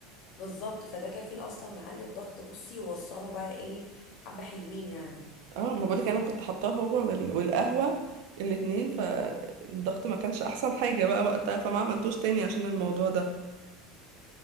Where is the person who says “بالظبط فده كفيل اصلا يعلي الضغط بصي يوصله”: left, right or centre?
Left